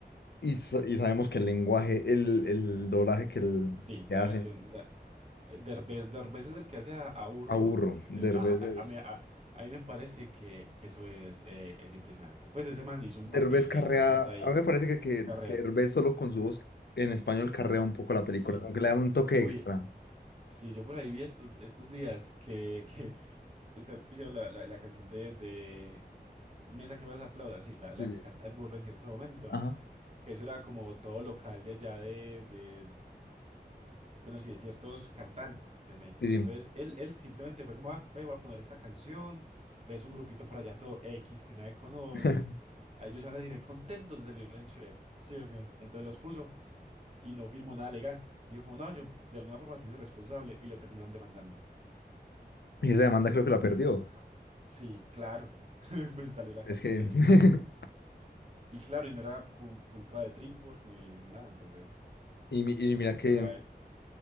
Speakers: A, on the left; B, on the right.
A: Y,
B: Sí,
A: sa- y sabemos que el lenguaje, el, el doblaje que, el-
B: sí,
A: que
B: la
A: hacen,
B: versión, la, eh, Derbez, Derbez es el que hace a, a Burro,
A: aburro.
B: ¿no? En-
A: Derbez
B: en- a, a-
A: es.
B: a mí a- a mí me parece que, que eso es, eh, es impresionante. Pues ese man hizo un
A: Derbez
B: papel,
A: carrea,
B: ni el hijo de puta ahí,
A: a mí me parece que, que,
B: carrea.
A: que Derbez solo con su voz en español carrea un poco la película,
B: Sí.
A: aunque le da un toque
B: Uy,
A: extra.
B: Sí, yo por ahí vi estos, estos días que, que usted pilló la, la, la canción de, de Mesa que más aplauda, sí, la, la
A: Sí,
B: que
A: sí.
B: canta el burro en cierto momento.
A: Ajá,
B: Eso era como todo local de allá de, de bueno, sí, de ciertos cantantes de México.
A: sí, sí.
B: Entonces él, él simplemente fue como, ah, ve, voy a poner esta canción, pues un grupito por allá todo X que nadie conoce.
A: <laughs>
B: A Ellos van a decir contentos de salir en Shrek, sí o qué. Entonces los puso y no firmó nada legal. Dijo como, no, yo de alguna forma se hizo responsable y lo terminaron demandando.
A: Y esa demanda creo que la perdió.
B: Pues, ajá. Sí, claro. <laughs> Pues salió la
A: Es
B: canción
A: que,
B: de
A: <laughs>
B: ellos. Y claro, y no era cu- culpa de DreamWorks ni, ni nada, entonces
A: y, mi- y
B: le
A: mira
B: tocó
A: que,
B: pagar a él.